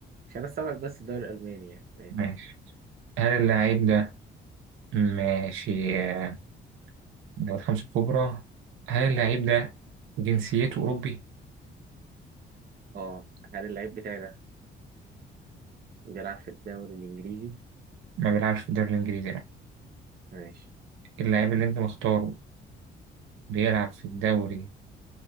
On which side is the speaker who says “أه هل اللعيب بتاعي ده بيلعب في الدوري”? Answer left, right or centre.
Right